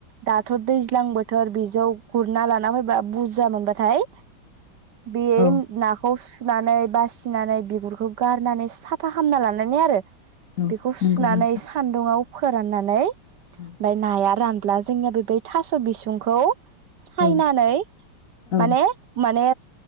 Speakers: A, on the right; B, on the left.
A: दाथ दैज्लां बोथोर बिजौ गुरना लाना फैबा बुरजा मोनबाथाय। बे
B: औ
A: नाखौ। सुनानै बासिनानै बिगुरखौ गा- नानै साफा खालामना लानानै आरो।
B: औ
A: बेखौ
B: नंगौ
A: सुनानै
B: नोंथां
A: सान्दुंआव। फोराननानै।
B: औ
A: नाया रान। ब्ला जोंनिया बे थास बिसुंखौ। सायनानै
B: औ औ
A: माने माने।